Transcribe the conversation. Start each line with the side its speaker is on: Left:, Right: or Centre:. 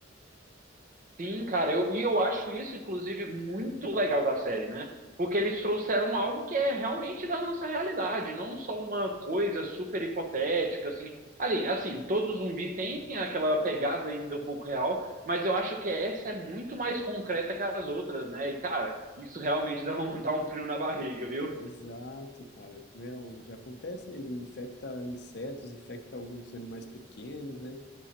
Right: Sim, cara, eu, e eu acho isso, inclusive, muito legal da série, né? Porque eles trouxeram algo que é realmente da nossa realidade, não só uma coisa super hipotética, assim. Ali, assim, todo zumbi tem aquela pegada ainda um pouco real, mas eu acho que essa é muito mais concreta que as outras, né? E, cara, isso realmente <laughs> dá um, dá um frio na barriga, viu?
Left: Exato, cara, né? O, já acontece, né? Ele infecta insetos, infecta alguns animais pequenos, né?